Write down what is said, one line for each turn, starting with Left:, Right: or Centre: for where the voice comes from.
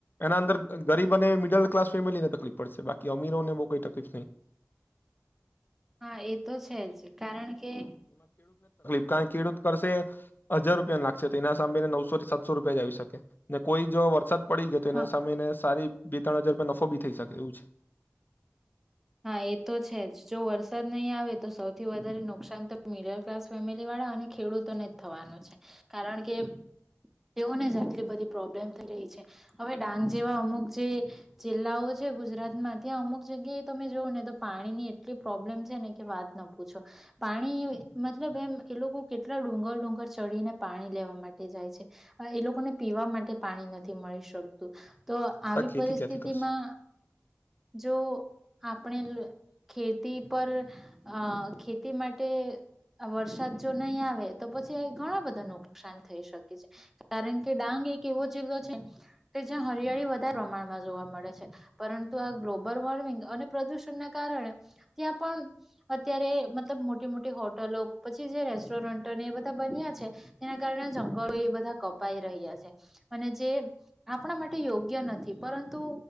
Left: એના અંદર ગરીબ અને મિડલ ક્લાસ ફેમિલીને તકલીફ પડશે બાકી અમીરોને બો કોઈ તકલીફ નહી
Centre: હા એ તો છે જ કારણ કે
Left: કાઈ ખેડૂત કરશે હજાર રૂપિયા લાગશે તો એના સાંભળને નવોથી સાતસો રૂપિયા જ આવી શકે ને કોઈ જો વરસાદ પડી ગયો હતો
Centre: હ
Left: એના સામે ને સારી બે ત્રણ હજાર પર નફો બી થઈ શકે એવુ
Centre: હા એ તો છે જ જો વરસાદ નહી આવે તો સૌથી વધારે નુકસાન તો મિડલ ક્લાસ ફેમિલી વાળા અને ખેડૂતોને જ થવાનો છે કારણ કે તેઓને જ આટલી બધી પ્રોબ્લેમ થઈ રહી છે હવે ડાંગ જેવા અમુક જે જિલ્લાઓ છે. ગુજરાતમાં ત્યા અમુક જગ્યાએ જોવુ ને તો પાણીની એટલી પ્રોબ્લેમ છે, ને કે વાત ન પૂછો પાણી મતલબ એમ એ લોકો કેટલા ડુંગર ડુંગર ચડીને પાણી લેવા માટે જાય છે, એ લોકોને પીવા માટે પાણી નથી મળી શકતું. તો આવી
Left: આ ખેતી
Centre: પરિસ્થિતિમાં
Left: ક્યાંથી કરશે
Centre: જો આપણે એલું ખેતી પર અ ખેતી માટે વરસાદ જો નહીં આવે તો પછી ઘણા બધા નુકસાન થઈ શકે છે, કારણ કે ડાંગ એક એવો જિલ્લો છે કે જ્યાં હરિયાળી વધારે પ્રમાણમાં જોવા મળે છે. પરંતુ આ ગ્લોબલ વોર્મિંગ અને પ્રદૂષણ ના કારણે ત્યાં પણ અત્યારે મતલબ મોટી મોટી હોટલો પછી જે રેસ્ટોરન્ટોને એ બધા બન્યા છે, તેના કારણે જંગલો એ બધા કપાઈ રહ્યા છે અને જે આપણા માટે યોગ્ય નથી પરંતુ